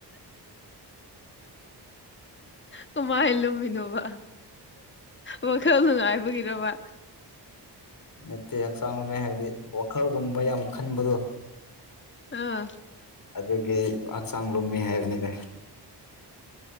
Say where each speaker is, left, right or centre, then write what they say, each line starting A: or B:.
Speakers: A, on the left (about 25°); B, on the left (about 55°).
A: ꯀꯃꯥꯏꯍ ꯂꯨꯝꯃꯤꯅꯣꯕ ꯋꯥꯈꯜ ꯅꯨꯡꯉꯥꯏꯕꯒꯤꯔꯕ
B: ꯅꯠꯇꯦ ꯍꯛꯆꯥꯡ ꯍꯥꯏꯕꯗꯤ ꯋꯥꯈꯜꯒꯨꯝꯕ ꯌꯥꯝ ꯈꯟꯕꯗꯣ
A: ꯑꯥ
B: ꯑꯗꯨꯒꯤ ꯍꯛꯆꯥꯡ ꯂꯣꯃꯤ ꯍꯥꯏꯕꯅꯤꯗ